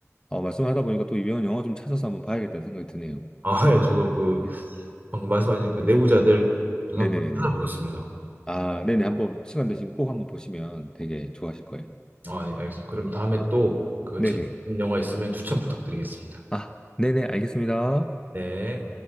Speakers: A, on the left; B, on the right.
A: 어, 말씀하다 보니까 또 유명한 영화 좀 찾아서 한번 봐야겠다는 생각이 드네요.
B: 아, <laughs> 예, 저도 그
A: <laughs> 예.
B: 방금 말씀하신 그 내부자들 저도
A: 네네네네.
B: 한번 찾아보겠습니다.
A: 아, 네네. 한번 시간 되시면 꼭 한번 보시면 되게 좋아하실 거예요.
B: 아, 네, 알겠습니다. 그럼 다음에 또 그
A: 네네.
B: 재밌는 영화 있으면 추천 부탁드리겠습니다.
A: 아, 네네. 알겠습니다.
B: 네.